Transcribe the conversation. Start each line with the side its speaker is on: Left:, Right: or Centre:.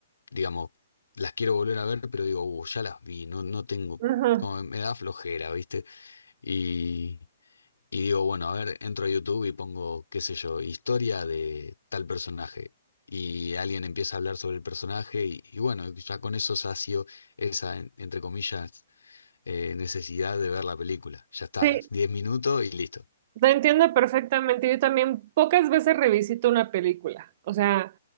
Left: digamos, las quiero volver a ver, pero digo, "Uh, ya las vi, no, no tengo,
Right: Ujú.
Left: como me da flojera, ¿viste? Y, y digo, bueno, a ver, entro a YouTube y pongo, qué sé yo, historia de tal personaje. Y alguien empieza a hablar sobre el personaje y, y bueno, ya con eso sacio esa, en- entre comillas, eh, necesidad de ver la película. Ya está,
Right: Sí,
Left: 10 minutos y listo.
Right: te entiendo perfectamente. Yo también pocas veces revisito una película. O sea,